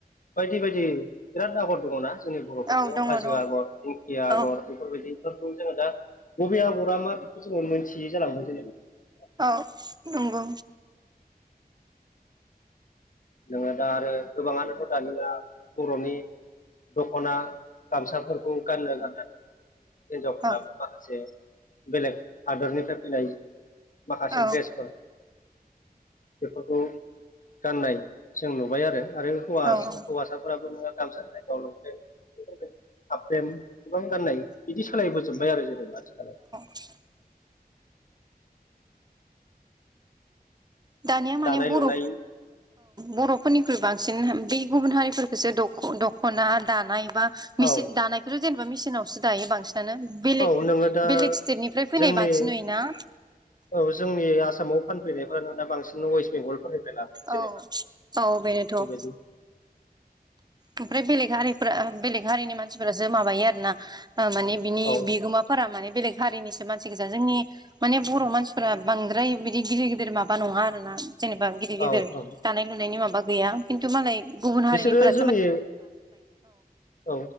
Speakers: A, on the left; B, on the right.
A: बायदि बायदि बिराद आगर दङ ना? जोंनि बर' फोरनियाव
B: औ दङ
A: हाजो
B: दङ
A: आगर दिंखिया आगर
B: औ
A: बेफोरबायदिफोरखौ जोङो दा बबे आगरा मा बेखौ जोङो मोनथियै जालांबाय जेनेबा
B: औ नंगौ
A: नोङो दा आरो गोबाङानोथ' दानिया बर'नि दख'ना गामसाफोरखौ गाननो थाखाय हिनजावफ्रा
B: औ
A: माखासे बेलेग हादरनिफ्राय फैनाय माखासे
B: औ
A: ड्रेसफोर बेफोरखौ गाननाय जों नुबाय आरो आरो हौवा
B: औ
A: हौवासाफोराबो नोङो गामसानि जायगायाव लंपेन्ट हाफपेन्ट गोबां गाननाय बिदि सोलायबोजोबबाय आरो जेनेबा आथिखालाव
B: <inaudible> दानिया माने
A: दानाय
B: बर'औ
A: लुनाय
B: बर' फोरनिख्रुय बांसिन बे गुबुन हारिफोरखौसो दख'ना दानाय बा मिसिन
A: औ
B: दानायखौ जेनेबा मिसिनावसो दायो बांसिन बेले
A: औ नोङो दा
B: बेलेग स्टेटनिफ्राय फैनाय
A: जोंनि
B: बांसिन नुयोना।
A: औ जोंनि आसामाव फानफैनायफ्रानो दा बांसिन वेष्ट बेंगल <unintelligible> जेनेबा
B: औ औ बेनोथ'
A: बे बादि
B: ओमफ्राय बेलेग हारिफ्रा बेलेग हारिनि मानसिफोरासो माबायो आरो ना। माने बिनि
A: औ
B: बिगोमाफोरा माने बेलेग हारिनिसो मानसि गोजा जोंनि माने बर' मानसिफोरा बांद्राय बिदि गिदिर गिदिर माबा नङा आरोना जेनेबा गिदिर गिदिर
A: औ औ
B: दानाय लुनायनि माबा गैया खिन्थु मालाय गुबुन हारिनिफोरा
A: बिसोरो जोंनि औ